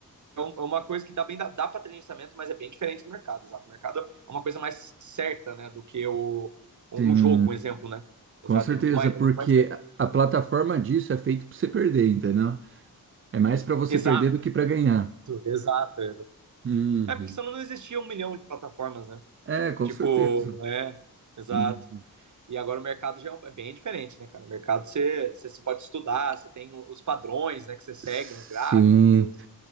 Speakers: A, on the right; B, on the right.
A: é um, é uma coisa que dá bem dá, dá para ter gerenciamento, mas é bem diferente do mercado, exato. O mercado é uma coisa mais certa, né, do que o, um
B: sim,
A: um jogo, um exemplo, né? Exato,
B: com certeza,
A: é muito mais,
B: porque
A: é muito mais certo.
B: a a plataforma disso é feita para você perder, entendeu? É mais para você
A: Exato,
B: perder do que para ganhar.
A: exato, exato.
B: Uhum.
A: É porque senão não existia um milhão de plataformas, né?
B: É, com
A: Tipo,
B: certeza.
A: é, exato.
B: Uhum.
A: E agora o mercado já é um, é bem diferente, né, cara? O mercado você, você, você pode estudar, você tem os padrões, né, que você segue
B: Sim.
A: nos gráficos.